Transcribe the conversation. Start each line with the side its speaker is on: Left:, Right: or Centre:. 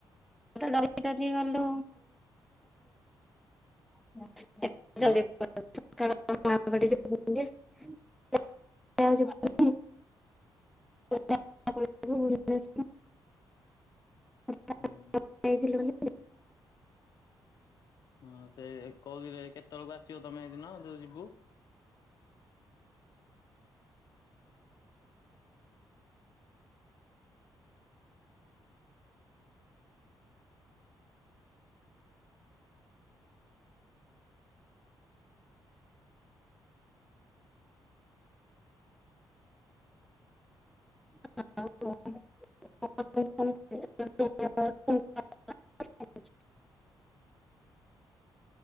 Centre: ଡଲି ଡଲି ଗଲ <unintelligible>
Left: ଉଁ
Centre: <unintelligible> <unintelligible>
Left: ହୁଁ।
Centre: ଯାଇଥିଲୁ ବୋଲି।
Left: ହଁ ସେ କହୁଥିଲି କେତେବେଳକୁ ଆସିବ ତମେ ଏଇ ଦିନ ଯୋଉ ଯିବୁ।
Centre: <unintelligible> <inaudible>